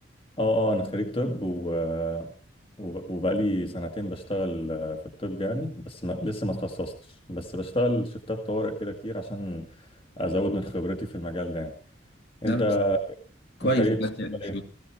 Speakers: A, on the left (about 30°); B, on the left (about 60°).
A: أه أه أنا خريج طب و آه، وب- وبقالي سنتين بشتغل آه، في الطب يعني بس ما... لسه ما اتخصصتش بس بشتغل شفتات طوارئ كده كتير عشان أزود من خبرتي في المجال ده يعني أنت
B: ده بس كويس
A: أنت إيه
B: بجد
A: بتشتغل
B: يعني
A: إيه؟